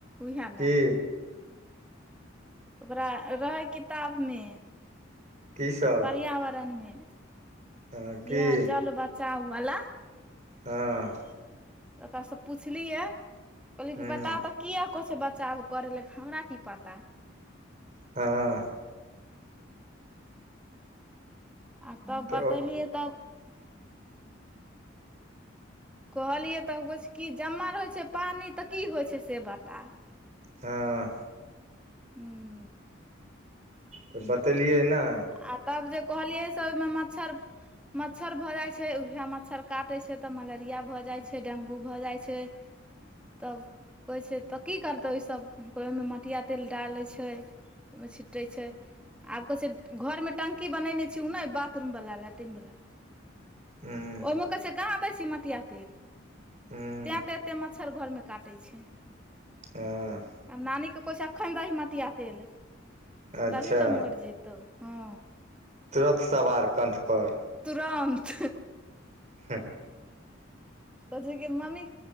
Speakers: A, in the centre; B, on the right.
A: उइहै में।
B: की
A: ओकरा रहै किताबमे
B: की सब
A: पर्यावरणमे
B: हँ की
A: इहै जल बचाव बला।
B: हँ
A: ओकरा से पूछलियै कहलियै
B: हुँ
A: कि बता त किया कहै छय बचाव करै लऽ हमरा की पता।
B: हँ
A: आ तब
B: तऽ
A: बतेलियै तब कहलियै तऽ कहै छय कि, जमा रहै छै पानि, तऽ की होइ छै से बता।
B: हँ
A: हूं।
B: तऽ बतेलियै नहि।
A: आ तब जे कहलियै से ओहिमे मच्छर मच्छर भऽ जाइ छै, उएह मच्छर काटै छै तऽ मलेरिया भऽ जाइ छै, डेंगू भऽ जाइत छै। तब कहइ छै तऽ की करतै, ओहिमे मटिया तेल डालै छै। ओहिमे छिटै छै, आब कहे छै। घर मे टंकी बनेने छी ओ नहि, बाथरूम वाला, लैट्रिन वाला।
B: हुँ
A: ओहिमे कहै छै, कहाँ दै छी मटिया तेल,
B: हुँ
A: तें ते एते म मच्छर घर मे काटै छै,
B: हँ
A: आ मालि एखन दही मटिया तेल,
B: अच्छा
A: देबही तऽ मरि जतौ, हँ।
B: तुरत सवार कण्ठपर।
A: तुरन्त।
B: हँ।
A: कहे छै कि, मम्मी